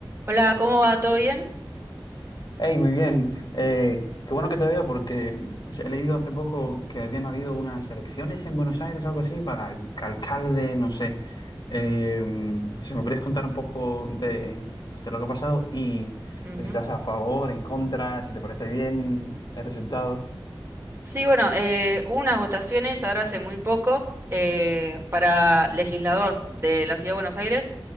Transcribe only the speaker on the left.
Hey, muy bien. Eh, qué bueno que te veo porque he leído hace poco que habían habido unas elecciones en Buenos Aires, algo así, para al- alcalde, no sé. Eh, si me podrías contar un poco de, pues, de lo que ha pasado y
si estás a favor, en contra, si te parece bien el resultado.